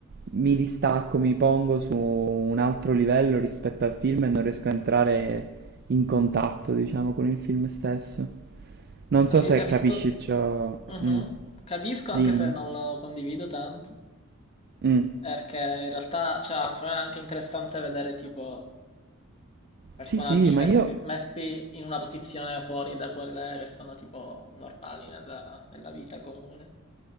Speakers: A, on the right; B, on the left.
A: mi distacco, mi pongo su un altro livello rispetto al film e non riesco a entrare in contatto, diciamo, con il film stesso. Non so
B: Eh,
A: se
B: Io capisco,
A: capisci ciò.
B: mhm.
A: Mm,
B: Capisco
A: Dimmi.
B: anche se non lo condivido tanto,
A: Mm.
B: perché in realtà, cioè, insomma, è anche interessante vedere tipo personaggi
A: Sì, sì, ma
B: messi,
A: io
B: messi in una posizione fuori da quelle che sono tipo normali nella nella vita comune.